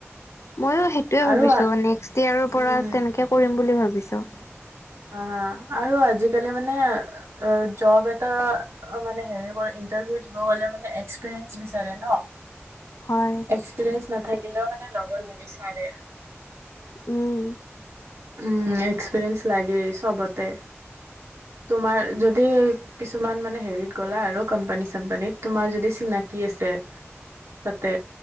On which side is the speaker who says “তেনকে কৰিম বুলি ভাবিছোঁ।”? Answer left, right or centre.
Left